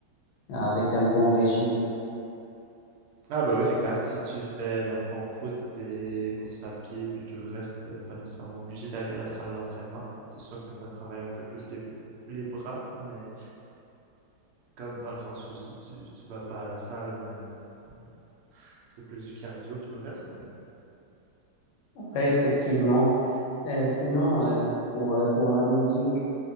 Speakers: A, on the left; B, on the right.
A: avec un bon régime.
B: ah bah oui, c'est clair. Si tu fais dans le fond foot et course à pied, puis tout le reste, euh, pas nécessairement obligé d'aller à la salle d'entraînement. C'est sûr que ça travaille un peu plus les, les bras, mais... Comme dans le sens où si tu, tu vas pas à la salle, mais, ouais, c'est plus du cardio, tout le reste. Mais
A: Ouais, effectivement. Euh, sinon, euh, pour, euh, pour la musique,